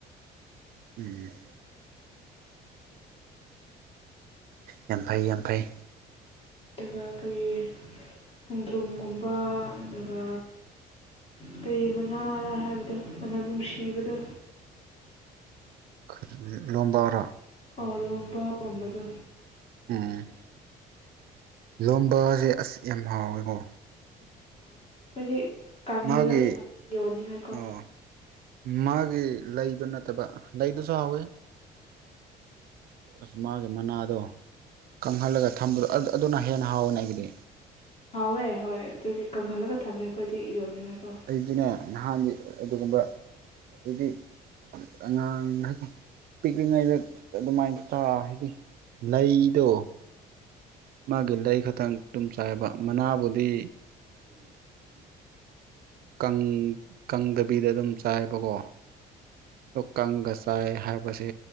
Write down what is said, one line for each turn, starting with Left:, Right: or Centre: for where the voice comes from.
Right: ꯎꯝ ꯌꯥꯝ ꯐꯩ ꯌꯥꯝ ꯐꯩ
Left: ꯑꯗꯨꯒ ꯀꯔꯤ ꯈꯣꯡꯗ꯭ꯔꯨꯝꯒꯨꯝꯕ ꯑꯗꯨꯒ ꯀꯩ ꯃꯅꯥꯔ ꯍꯥꯏꯕꯗꯣ ꯃꯅꯝ ꯅꯨꯡꯁꯤꯕꯗꯣ
Right: ꯈꯠ ꯂꯣꯝꯕꯥꯔꯣ
Left: ꯑꯣ ꯂꯣꯝꯕꯒꯨꯝꯕꯗꯣ
Right: ꯎꯝ ꯂꯣꯝꯕꯁꯦ ꯑꯁ ꯌꯥꯝ ꯍꯥꯎꯋꯤꯀꯣ
Left: ꯎꯝ ꯍꯥꯎꯋꯦ ꯑꯩꯈꯣꯏꯗꯤ ꯀꯪꯍꯜꯂꯒ
Right: ꯃꯥꯒꯤ
Left: ꯊꯝꯃꯦ ꯌꯣꯟꯅꯤꯡꯉꯥꯏꯀꯣ
Right: ꯑꯣ ꯃꯥꯒꯤ ꯂꯩꯗꯣ ꯅꯠꯇꯕ ꯂꯩꯗꯨꯁꯨ ꯍꯥꯎꯋꯦ ꯑꯁ ꯃꯥꯒꯤ ꯃꯅꯥꯗꯣ ꯀꯪꯍꯜꯂꯒ ꯊꯝꯕꯗꯣ ꯑꯗꯨ ꯑꯗꯨꯅ ꯍꯦꯟꯅ ꯍꯥꯎꯕꯅꯦ ꯑꯩꯒꯤꯗꯤ
Left: ꯍꯥꯎꯋꯦ ꯍꯣꯏ ꯑꯗꯨꯒꯤ ꯀꯪꯍꯜꯂꯒ ꯊꯝꯃꯦ ꯑꯩꯈꯣꯏꯗꯤ ꯌꯣꯟꯅꯤꯡꯉꯥꯏꯀꯣ
Right: ꯑꯩꯗꯤꯅꯦ ꯅꯍꯥꯟꯒꯤ ꯑꯗꯨꯒꯨꯝꯕ ꯍꯥꯏꯗꯤ ꯑꯉꯥꯡ <unintelligible> ꯄꯤꯛꯂꯤꯉꯩꯗ ꯑꯗꯨꯃꯥꯏꯟ <unintelligible> ꯍꯥꯏꯗꯤ ꯂꯩꯗꯣ ꯃꯥꯒꯤ ꯂꯩ ꯈꯛꯇꯪ ꯇꯨꯝ ꯆꯥꯏꯕ ꯃꯅꯥꯕꯨꯗꯤ ꯀꯪ ꯀꯪꯗꯕꯤꯗ ꯑꯗꯨꯝ ꯆꯥꯏꯕꯀꯣ ꯑꯗꯣ ꯀꯪꯒ ꯆꯥꯏ ꯍꯥꯏꯕꯁꯦ